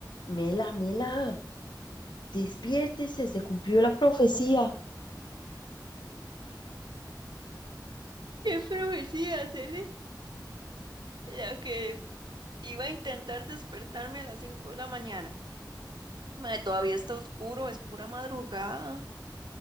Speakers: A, on the left; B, on the right.
A: Mela, Mela, despiértese, se cumplió la profecía.
B: ¿Qué profecía, Cele? Ya que iba a intentar despertarme a las 5 de la mañana. Mae, todavía está oscuro, es pura madrugada.